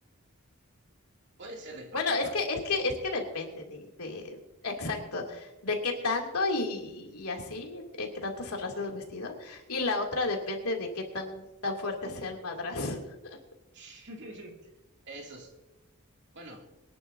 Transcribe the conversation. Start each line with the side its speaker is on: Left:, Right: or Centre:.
Right: Puede ser de cualquier
Left: Bueno, es
Right: parte.
Left: que, es que, es que depende de, de- exacto, de qué tanto y, y así, eh, qué tanto se rasga el vestido. Y la otra depende de qué tan, tan fuerte sea el madrazo. <laughs>
Right: <laughs> Eso Bueno,